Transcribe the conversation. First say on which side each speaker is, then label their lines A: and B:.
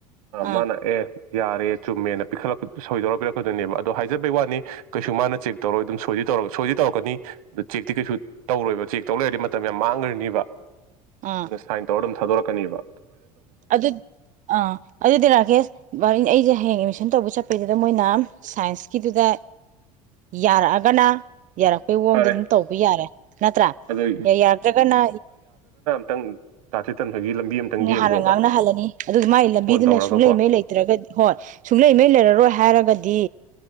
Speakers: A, on the right; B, on the right.
A: ꯑꯥ
B: ꯃꯥꯅ ꯌꯥꯔꯦ ꯆꯨꯝꯃꯦꯅ ꯄꯤꯈꯠꯂꯛ ꯁꯣꯏꯇꯧꯔ ꯄꯤꯔꯛꯀꯗꯣꯏꯅꯦꯕ ꯗꯣ ꯍꯥꯏꯖꯕꯩ ꯋꯥꯅꯤ ꯀꯩꯁꯨ ꯃꯥꯅ ꯆꯦꯛ ꯇꯧꯔ ꯑꯗꯨꯝ ꯁꯣꯏꯗꯤ ꯇꯧꯔ ꯁꯣꯏꯗꯤ ꯇꯧꯔꯛꯀꯅꯤ ꯑꯗꯨ ꯆꯦꯛꯇꯤ ꯀꯩꯁꯨ ꯇꯧꯔꯣꯏꯕ ꯆꯦꯛ ꯇꯧ ꯂꯩꯔꯗꯤ ꯃꯇꯝ ꯌꯥꯝ ꯃꯥꯡꯈ꯭ꯔꯅꯤꯕ
A: ꯑꯥ
B: ꯁꯥꯠꯟ ꯇꯧꯔ ꯑꯗꯨꯝ ꯊꯥꯗꯣꯛꯂꯛ ꯀꯅꯤꯕ
A: ꯑꯗꯨ ꯑꯥ ꯑꯗꯨꯗꯤ ꯔꯥꯀꯦꯁ ꯑꯩꯁꯦ ꯍꯌꯦꯡ ꯑꯦꯠꯃꯤꯁꯟ ꯇꯧꯕ ꯆꯠꯄꯗꯨꯗ ꯃꯣꯏꯅ ꯁꯥꯏꯟꯁꯀꯤꯗꯨꯗ ꯌꯥꯔꯛꯑꯒꯅ ꯌꯥꯔꯛꯄꯩ ꯃꯑꯣꯡꯗ
B: ꯐꯔꯦ
A: ꯑꯗꯨꯝ ꯇꯧꯕ ꯌꯥꯔꯦ ꯅꯠꯇ꯭ꯔꯥ
B: ꯑꯗꯣ
A: ꯌꯥꯔꯛꯇ꯭ꯔꯒꯅ
B: ꯈꯤꯇꯪ ꯇꯗꯥ ꯆꯦꯇꯟ ꯍꯣꯏꯒꯤ ꯂꯝꯕꯤ ꯑꯝꯇꯪ ꯌꯦꯡꯒꯣꯕ
A: ꯍꯥꯟꯅ ꯉꯥꯡꯅꯍꯜꯂꯅꯤ ꯑꯗꯨ ꯃꯒꯤ ꯂꯝꯕꯤꯗꯨꯅ
B: ꯐꯣꯟ ꯇꯧꯔꯒꯀꯣ
A: ꯁꯨꯡꯂꯩꯃꯩ ꯂꯩꯇ꯭ꯔꯒꯗꯤ ꯍꯣꯏ ꯁꯨꯡꯂꯩꯃꯩ ꯂꯩꯔꯔꯣꯏ ꯍꯥꯏꯔꯒꯗꯤ